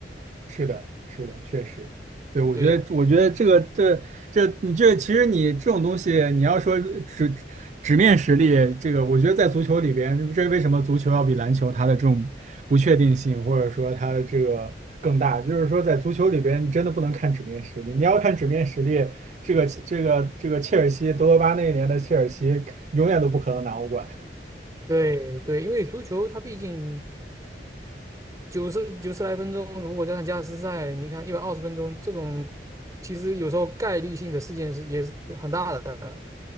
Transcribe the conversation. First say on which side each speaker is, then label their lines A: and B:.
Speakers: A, on the right (about 40°); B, on the right (about 20°).
A: 是的，是的，确实，对，我觉得，
B: 对呀。
A: 我觉得这个，这这，你这其实你这种东西，你要说纸纸面实力，这个我觉得在足球里边，这为什么足球要比篮球它的这种不确定性，或者说它的这个更大，就是说在足球里边，你真的不能看纸面实力，你要看纸面实力，这个这个这个切尔西，德罗巴那一年的切尔西永远都不可能拿欧冠，
B: 对对，因为足球它毕竟九十九十来分钟，如果加上加时赛，你看一百二十分钟这种，其实有时候概率性的事件是也是很大的。